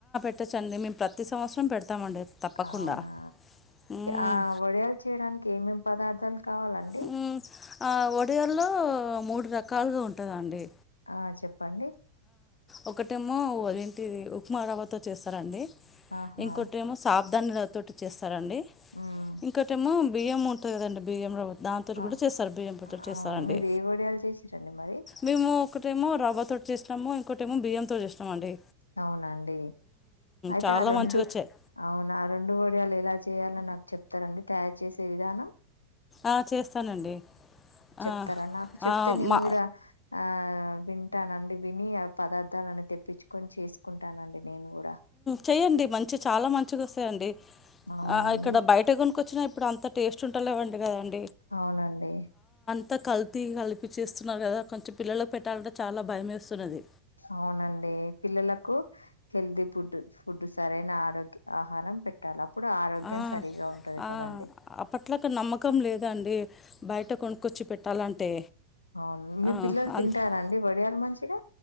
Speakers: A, on the left; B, on the left.
A: పెట్టచ్చు అండి మేం ప్రతి సంవత్సరం పెడతామండి తప్పకుండా
B: అవునా
A: మ్మ్
B: ఆ వడియాలు చేయడానికి ఏమేమి పదార్థాలు కావాలండి
A: మ్మ్ ఆ వడియల్లో మూడు రకాలుగా ఉంటదండి
B: ఆ చెప్పండి
A: ఒకటేమో అదేంటి ఉప్మా రవ్వతో చేస్తారండి
B: ఆహా
A: ఇంకోటి ఏమో సాప దాన్నిలోతోటి చేస్తారండి
B: ఉమ్
A: ఇంకోటేమో బియ్యం ఉంటది కదండి బియ్యం దాంతోటి
B: అ- అ-
A: కూడా చేస్తారు బియ్యం తోటి కూడా చేస్తారండి
B: అవును మీరు ఏ వడియాలు చేసిరండి మరి
A: మేము ఒకటేమో రవ్వ తోటి చేసినాము ఇంకోమో బియ్యంతోటి చేస్తామండి
B: అవునా అండి అయితే
A: చాలా
B: ఆ రెండు
A: మంచిగా వచ్చాయి
B: అవునా ఆ రెండు ఒడియాలు ఎలా చేయాలని నాకు చెప్తారా తయారు చేసే విధానం
A: ఆ చేస్తానండి
B: చెప్తారా
A: ఆ
B: నాకు చెప్తే
A: ఆ
B: నేను
A: మా
B: కూడా ఆ వింటానండి విని ఆ పదార్థాలని తెప్పించుకొని చేసుకుంటానండి నేను కూడా
A: చెయ్యండి మంచి చాలా మంచిగా వస్తాయండి
B: అవునండి
A: ఆ ఇక్కడ బయట కొన్ కొచ్చిన ఇప్పుడుంత టేస్ట్ ఉంటలేవు అంట కదండి
B: అవునండి
A: అంత కల్తీ కలిపి చేస్తున్నారు కదా కొంచెం పిల్లలకి పెట్టాలంటే చాలా భయం వేస్తున్నది
B: అవునండి పిల్లలకు హెల్తీ ఫుడ్ ఫుడ్ సరైన ఆరోగ్య ఆహారం పెట్టాలి అప్పుడు ఆరోగ్యం
A: ఆ!
B: సరిగా ఉంటది
A: ఆ!
B: కదండి
A: అప్పట్లక నమ్మకం లేదండి. బయట కొనుక్కొచ్చి పెట్టాలంటే
B: అవును మీ
A: ఆ!
B: పిల్లలు తింటారండి
A: అంత్
B: వడియలు మంచిగా